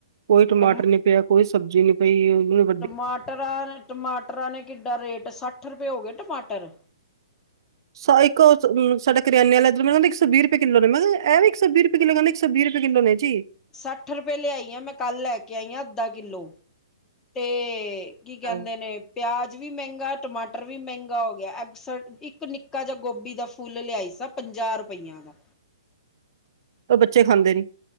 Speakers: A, on the right; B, on the left.
A: ਕੋਈ ਟਮਾਟਰ
B: ਟਮ
A: ਨੀ ਪਿਆ ਕੋਈ ਸਬਜ਼ੀ ਨੀ ਪਈ ਉਹਨੂੰ,
B: ਟਮਾਟਰਾਂ ਟਮਾਟਰਾਂ ਨੇ ਕਿੱਡਾ ਰੇਟ ਸੱਠ ਰੁਪਏ ਹੋ ਗਏ ਟਮਾਟਰ।
A: ਸ ਇੱਕ ਸਾਡਾ ਕਰਿਆਨੇ ਇੱਧਰ ਇੱਕ ਸੌ ਵੀਹ ਰੁਪਏ ਕਿੱਲੋ ਨੇ ਮੈਂ ਕਿਹਾ ਐ ਵੀ ਇੱਕ ਸੌ ਵੀਹ ਰੁਪਏ ਕਿੱਲੋ ਕਹਿੰਦਾ ਇੱਕ ਸੌ ਵੀ ਰੁਪਏ ਕਿੱਲੋ ਨੇ ਜੀ।
B: ਸੱਠ ਰੁਪਏ ਲਿਆਈ ਆ ਮੈਂ ਕੱਲ ਲੈ ਕੇ ਆਈ ਆ ਅੱਧਾ ਕਿੱਲੋ ਤੇ ਕੀ ਕਹਿੰਦੇ
A: ਹਾਂ।
B: ਨੇ। ਪਿਆਜ਼ ਵੀ ਮਹਿੰਗਾ ਟਮਾਟਰ ਵੀ ਮਹਿੰਗਾ ਹੋ ਗਿਆ ਐਗਸ ਇੱਕ ਨਿੱਕਾ ਜਿਹਾ ਗੋਭੀ ਦਾ ਫੁੱਲ ਲਿਆਈ ਸਭ। ਪੰਜਾਹ ਰੁਪਈਆਂ ਦਾ।
A: ਉਹ ਬੱਚੇ ਖਾਂਦੇ ਨੀ।